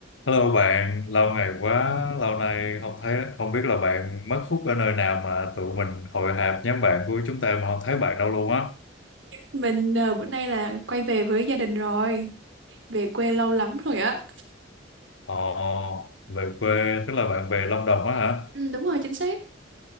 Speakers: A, on the left; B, on the right.
A: Hello bạn, lâu ngày quá, lâu nay không thấy, không biết là bạn mất hút ở nơi nào mà tụi mình hội họp nhóm bạn của chúng ta mà không thấy bạn đâu luôn á.
B: Mình ờ, bữa nay là quay về với gia đình rồi, về quê lâu lắm rồi á.
A: Ồ, về quê, tức là bạn về Lâm Đồng á hả?
B: Ừ, đúng rồi, chính xác,